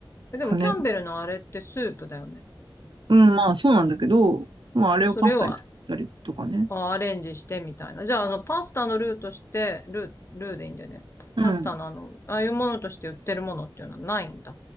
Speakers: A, on the left; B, on the right.
A: えでもキャンベルのあれってスープだよね。
B: かね。うん、まあそうなんだけど、まああれをパスタに作ったりとかね。
A: それをあアレンジしてみたいな。じゃあ、あの、パスタのルーとして、ルー、ルーでいいんだよね。
B: うん。
A: パスタのあの、ああいうものとして売ってるものっていうのはないんだ。